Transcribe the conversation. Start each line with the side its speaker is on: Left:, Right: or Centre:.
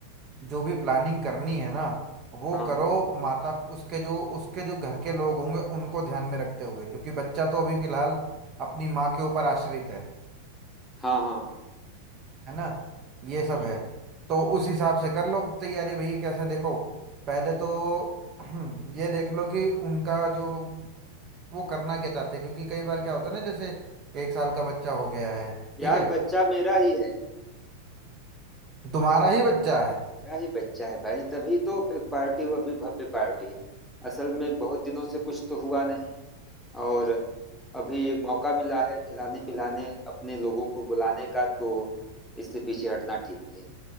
Right: जो भी प्लानिंग करनी है ना वो
Centre: हाँ
Right: करो माता उसके जो उसके जो घर के लोग होंगे उनको ध्यान में रखते हुए क्योंकि बच्चा तो अभी फिलहाल अपनी माँ के ऊपर आश्रित है
Centre: हाँ हाँ
Right: है ना ये सब
Centre: हम्म।
Right: है तो उस हिसाब से कर लो तैयारी भाई कैसे देखो पहले तो <clears throat> ये देख लो कि उनका जो वो करना क्या चाहते हैं क्योंकि कई बार क्या होता है ना जैसे एक साल का बच्चा हो गया है
Centre: यार
Right: ठीक है
Centre: बच्चा मेरा ही है
Right: तुम्हारा ही बच्चा है
Centre: मेरा ही बच्चा है भाई तभी तो एक पार्टी वो अभी भव्य पार्टी असल में बहुत दिनों से कुछ तो हुआ नहीं और अभी एक मौका मिला है खिलाने पिलाने अपने लोगों को बुलाने का तो इससे पीछे हटना ठीक नहीं